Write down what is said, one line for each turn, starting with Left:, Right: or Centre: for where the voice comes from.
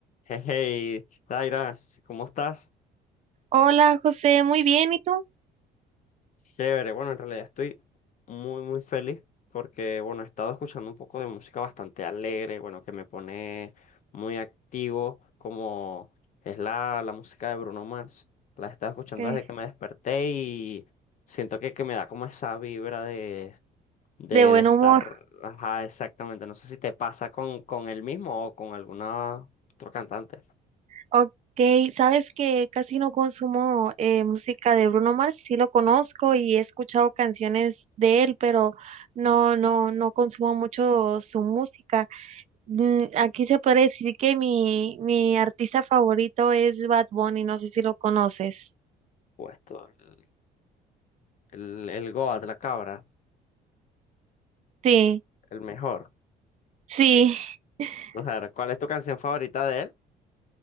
Left: Hey, hey, Daira, ¿cómo estás?
Right: Hola José, muy bien, ¿y tú?
Left: Chévere, bueno, en realidad estoy muy, muy feliz porque, bueno, he estado escuchando un poco de música bastante alegre, bueno, que me pone muy activo, como es la, la música de Bruno Mars. La he estado escuchando
Right: ¿Qué?
Left: desde que me desperté y siento que, que me da como esa vibra de, de,
Right: De
Left: de
Right: buen
Left: estar,
Right: humor.
Left: ajá, exactamente. No sé si te pasa con, con él mismo o con alguna otro cantante.
Right: Ok, sabes que casi no consumo eh, música de Bruno Mars, sí lo conozco y he escuchado canciones de él, pero no, no, no consumo mucho su música. Mm, Aquí se puede decir que mi, mi artista favorito es Bad Bunny, no sé si lo conoces.
Left: Puesto, el, el, el Goat, la cabra.
Right: Sí,
Left: El mejor.
Right: sí. <laughs>
Left: Vamos a ver, ¿cuál es tu canción favorita de él?